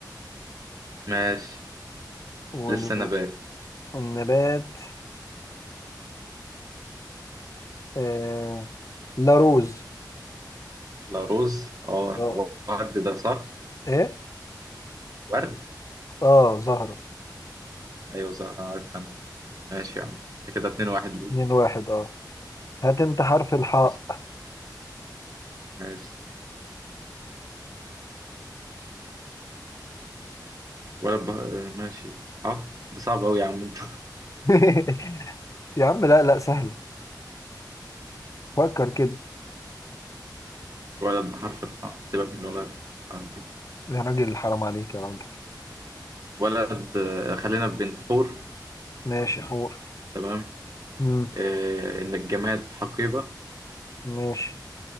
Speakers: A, on the right; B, on the left.
A: <laughs> ماشي
B: وال...
A: لسه نبات
B: والنبات آه... لاروز
A: لا رز اه
B: اه
A: هو ورد ده صح
B: ايه
A: ورد
B: اه زهرة
A: ايوه زهرة عارف انا ماشي يا عم كده اتنين واحد ليه
B: اتنين واحد اه هات انت حرف الحاء
A: ماشي ماشي ولد بح... ماشي اه ده صعب أوي يا عم انت
B: <laughs> يا عم لا لا سهل فكر كده
A: <laughs> ولد بحرف الحاء سيبك من الولد حرف إيه.
B: يا راجل حرام عليك يا راجل
A: ولد آه، خلينا في بنت حور
B: ماشي حور
A: تمام
B: مم.
A: آه، إن الجماد حقيبة
B: ماشي